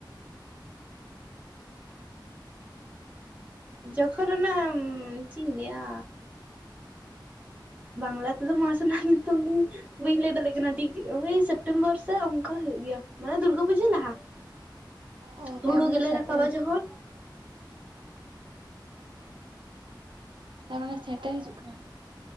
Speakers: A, on the right; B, on the right.
A: ᱡᱚᱠᱷᱚᱱ ᱨᱮᱱᱟᱜ ᱪᱮᱫ ᱤᱧ ᱞᱟᱹᱭᱟᱼᱼ ᱵᱟᱝᱞᱟ ᱛᱮ ᱫᱚ ᱢᱟᱥ ᱨᱮᱱᱟ ᱧᱩᱛᱩᱢ ᱞᱤᱧᱼᱼ ᱵᱟᱹᱧ ᱞᱟᱹᱭ ᱫᱟᱲᱮᱭᱟᱜ ᱠᱟᱱᱟ ᱴᱷᱤᱠ, ᱳᱭ ᱥᱮᱯᱴᱮᱢᱵᱚᱨ ᱥᱮ ᱚᱱᱠᱟ ᱦᱩᱭᱩᱜ ᱜᱮᱭᱟ ᱢᱟᱱᱮ ᱫᱩᱨᱜᱟᱹ ᱯᱩᱡᱟᱹ ᱞᱟᱦᱟ ᱾
B: ᱚ ᱛᱟᱨᱢᱟᱱᱮ
A: ᱦᱩᱲᱩ ᱜᱮᱞᱮ
B: ᱥᱮᱴᱮᱨ
A: ᱨᱟᱠᱟᱵᱟ
B: ᱦᱤᱡᱩᱜ
A: ᱡᱚᱠᱷᱚᱱᱼᱼ
B: ᱠᱟᱱᱟ ᱛᱟᱨᱢᱟᱱᱮ ᱥᱮᱴᱮᱨ ᱦᱤᱡᱩᱜ ᱠᱟᱱᱟ ᱛᱚ ᱾